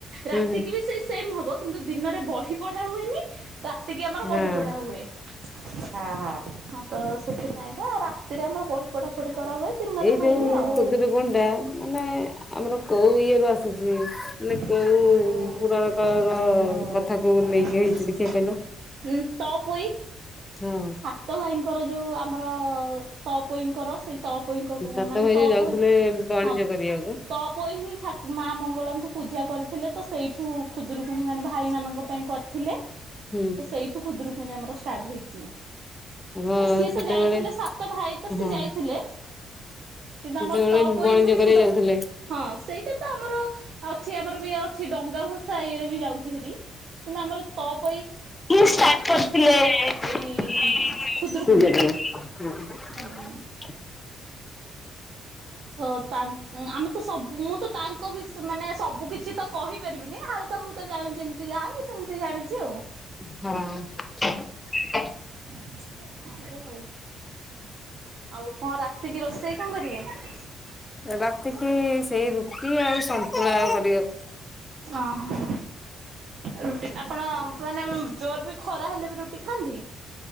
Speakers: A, on the left (about 20°); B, on the right (about 65°).
A: ହୁଁ
B: ରାତିକି
A: ହୁଁ
B: ବି ସେ ସେମ ହବ କିନ୍ତୁ ଦିନରେ ବହି ପଢା ହୁଏନି। ରାତିକି ଆମର
A: ହଁ
B: ବହି ପଢା ହୁଏ। ହଁ ତ ସେଥିପାଇଁକା ରାତିରେ ଆମର ବହି ପଢା ପଢ଼ି କରା ହୁଏ ଦିନରେ
A: ଏଇ ଯୋଉ
B: ହୁଏନି ଆଉ।
A: ଖୁଦୁରୁକୁଣୀ ଟା ମାନେ ଆମର କୋଉ ଇଏ ରୁ ଆସିଛି ମାନେ
B: ପିଲା
A: କୋଉ
B: କୋଉ
A: ପୁରଣକାଳର
B: ପୁରାଣ କାଳର
A: କଥାକୁ
B: କଥା
A: ନେଇକି
B: କହନି
A: ହେଇଛି ଦେଖିଆ
B: ଉଁ
A: କହିଲ?
B: ତପୋଇ
A: ହଁ
B: ସା ତ ଭାଇଙ୍କର ଯୋଉ ଆମର ତପୋଇଙ୍କର ସେଇ ତଅପୋଇ ଙ୍କ କ
A: ସାତ
B: ମାନେ
A: ଭାଇ
B: ତପୋଇ
A: ଯୋଉ ଯାଉଥିଲେ ବଣିଜ
B: ହଁ।
A: କରିବାକୁ
B: ତ ପ ହିଁ ଥାକୁ ମା ମଙ୍ଗଳାଙ୍କୁ ପୂଜା କରିଥିଲେ ତ ସେଇଠୁ ଖୁଦରୁକୁଣୀ ମାନେ ଭାଇମାନଙ୍କ ପାଇଁ କରିଥିଲେ।
A: ହୁଁ
B: ତ ସେଇଠୁ ଖୁଦୁରୁକୁଣୀ ଆମର ଷ୍ଟାର୍ଟ ହେଇଛି।
A: ଆମ
B: ସିଏ
A: ସେତେବେଳେ
B: ତ ଯାଇଥିଲେ ସାତ ଭାଇ ତ ସିଏ
A: ହଁ
B: ଯାଇଥିଲେ। କିନ୍ତୁ
A: ସେତେବେଳେ
B: ଆମର ତ ପଇ
A: ବଣିଜ
B: ହ
A: କରିବାକୁ ଯାଉଥିଲେ।
B: ହଁ ସେଇଟା ତ ଆମର ଅଛି ଆମର ବି କିଛି ଡଙ୍ଗା ଭସା ଇଏରେ ବି ଯାଉଛି ହେରି କିନ୍ତୁ ଆମର ତପ
A: କରିଥିଲେ ପୂଜାରେ
B: ଏଇ
A: ହୁଁ
B: ଖୁଦୁରୁକୁଣୀ।
A: ହ।
B: ହୁଁ ତ ତା ଆମେ ତ ସବୁ ମୁଁ ତ ତାଙ୍କ ବି ମାନେ ସବୁ କିଛି ତ କହିପାରିବିନିା ବକା ବୁଲକା ଜାଣିଛି ଏମିତି ଯା ସେମିତି ଜାଣିଛି ଆଉ
A: ହଁ।
B: ହ। ଆଉ କଣ ରାତିକି ରୋଷେଇ କଣ କରିବେ?
A: ରାତିକି ସେଇ ରୁଟି ଆଉ ସନ୍ତୁଳା କରିଦେବ।
B: ଓ ହୋ ରୁଟି ଆପଣ ମାନେ ଜୋର ବି ଖରା ହେଲେ ବି ରୁଟି ଖାଆନ୍ତି।